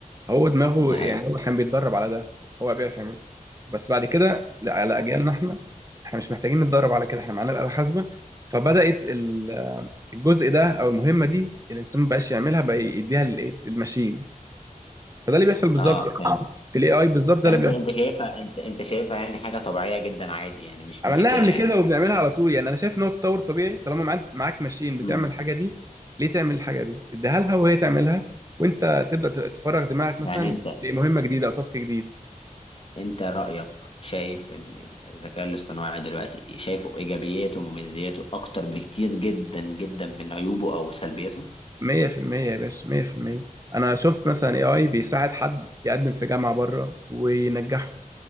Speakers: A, on the right; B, on the left.
A: هو دماغه
B: ده
A: يعني
B: حقيقي
A: هو كان بيتدرب على ده هو بيعرف يعمله بس بعد كده لا، على اجيالنا احنا احنا مش محتاجين نتدرب على كده احنا معانا الآلة الحاسبة فبدأت ال- الجزء ده او المهمة دي الانسان ما بقاش يعملها بقى يديها للايه للماشين فده اللي بيحصل بالظبط
B: اه فاهم
A: يعني. في الاي اي بالظبط ده
B: فانت
A: اللي بيحصل
B: انت شايفها انت انت شايفها يعني حاجه طبيعيه جدا عادي يعني مش
A: عملناها
B: مشكله
A: قبل
B: يعني
A: كده وبنعملها
B: فاهم
A: على طول يعني انا شايف ان هو تطور طبيعي طالما معاك معاك ماشين بتعمل
B: امم
A: الحاجة دي ليه تعمل الحاجة دي اديها لها وهي تعملها وانت تبدأ تفرغ دماغك مثلا
B: يعني انت
A: لمهمة جديدة او تاسك جديد
B: انت رايك شايف ان الذكاء الاصطناعي دلوقتي شايفه ايجابياته ومميزاته اكتر بكتير جدا جدا من عيوبه او سلبياته
A: مية في المية يا باشا مية في المية أنا شفت مثلا اي اي بيساعد حد يقدم في جامعة بره وينجحه